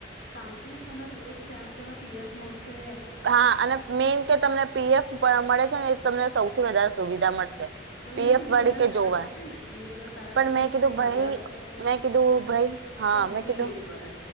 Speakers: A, on the left; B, on the right.
A: પાંત્રીસ અને પ્લસ ત્યાંનો તને પીએફ મળશે એ
B: હા અને મેઈન કે તમને પીએફ મળે છે ને એ તમને સૌથી વધારે સુવિધા મળશે.
A: પછી
B: પીએફ
A: એ શું બે
B: વાળી
A: હજાર
B: કે
A: તારા
B: જોવા
A: કપાય ને બે હજાર તારા
B: પણ
A: કાપે ને
B: મેં
A: તો
B: કીધું
A: પહીહજાર
B: ભાઈ
A: રૂપયો
B: મેં કીધું ભાઈ હા
A: કંપની
B: મેં કીધું
A: એડ કરે